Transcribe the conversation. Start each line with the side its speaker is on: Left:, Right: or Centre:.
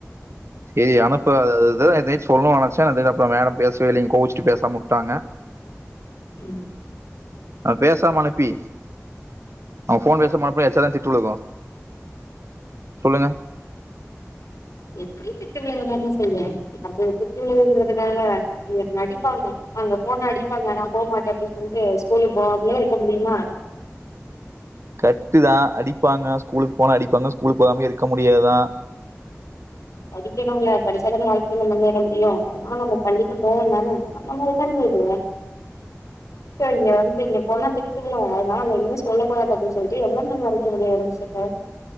Right: சேரி அனுப்பா
Left: ம்,
Right: தா அத ஏதோ நைட் சொல்லனு நெனச்ச அதுக்கப்பறோ மேடம் பேசவேயில்லங்க கோவிச்ட்டு பேசமா உட்டாங்க
Left: உம்
Right: அது பேசாம அனுப்பி அவ ஃபோன் பேசாம அனுப்ப எச்சாதா திட்டுவிழுகு சொல்லுங்க
Left: எப்படி திட்டுவாங்களா தானே செய்யும் ஸ்கூல்ல அது நடிப்பாங்க அங்க போன அடிப்பாங்க ஆனா போமாட்டே அப்படின்னு சொல்றேன் ஸ்கூலுக்கு போவங்களே அப்படியே இருக்க முடியுமா
Right: கரட்டுதான் அடிப்பாங்க ஸ்கூலுக்கு போன அடிப்பாங்க ஸ்கூலுக்கு போகாமே இருக்க முடியாது தான்
Left: படிக்கனும்ல்ல படிச்சாதானே வாழ்க்கையில முன்னேற முடியும் அதனால நம்ம கண்டிப்ப போவோம் தானே நம்ம மாதிரி தானது இங்க வந்து போனா திட்டுவிழும் அதனால நம்ம இனிமே சொல்ல கூடாது அப்படின்னு சொல்லிட்டு எவளவு நாள் வாழ்க முடிய இருச்சு